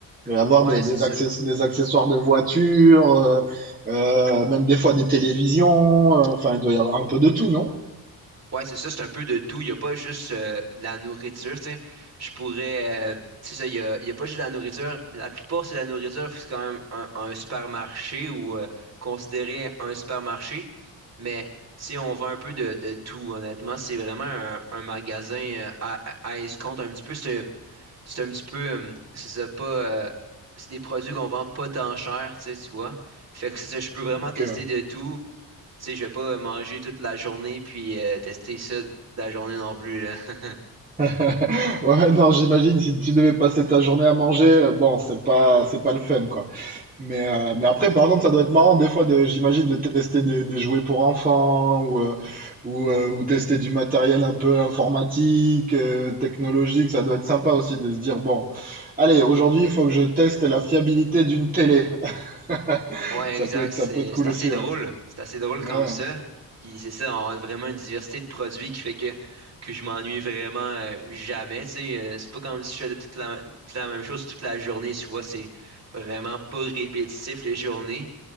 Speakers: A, on the right; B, on the right.
A: Il va y avoir
B: ouais,
A: des,
B: c'est
A: des,
B: ça.
A: access- des accessoires de voiture, euh, euh, même des fois des télévisions. euh, enfin, il doit y avoir un peu de tout, non?
B: Ouais, c'est ça, c'est un peu de tout. Il n'y a pas juste euh, de la nourriture, tu sais. Je pourrais. euh, c'est ça, il n'y a, il y a pas juste de la nourriture. La plupart, c'est de la nourriture, c'est quand même un, un supermarché ou euh, considéré un supermarché. Mais, tu sais, on vend un peu de, de tout, honnêtement. C'est vraiment un, un magasin euh, à, à à escompte un petit peu. C'est un petit peu, euh, c'est ça, pas, euh, c'est des produits qu'on vend pas tant cher, tu sais, tu vois. Fait que c'est ça, je peux vraiment
A: Donc,
B: tester
A: euh,
B: de tout. Tu sais, je vais pas euh, manger toute la journée puis euh, tester ça toute la journée non plus, là. <laughs>
A: <laughs> ouais, non, j'imagine si tu devais passer ta journée à manger, euh, bon, c'est pas, c'est pas le fun, quoi. Mais, euh, mais après, par contre, ça doit être marrant des fois de, j'imagine, de tester des, des jouets pour enfants ou, euh, ou, euh, ou tester du matériel un peu informatique, euh, technologique. Ça doit être sympa aussi de se dire, bon, allez, aujourd'hui, il faut que je teste la fiabilité d'une télé. <laughs>
B: Ouais,
A: Ça
B: exact,
A: peut être,
B: c'est,
A: ça peut être cool
B: c'est assez
A: aussi,
B: drôle.
A: ouais.
B: C'est assez drôle
A: Ouais.
B: comme ça. Puis c'est ça, on a vraiment une diversité de produits qui fait que, que je m'ennuie vraiment euh, jamais, tu sais. euh, c'est pas comme si je faisais toute la, toute la même chose toute la journée, tu vois. C'est vraiment pas répétitif les journées.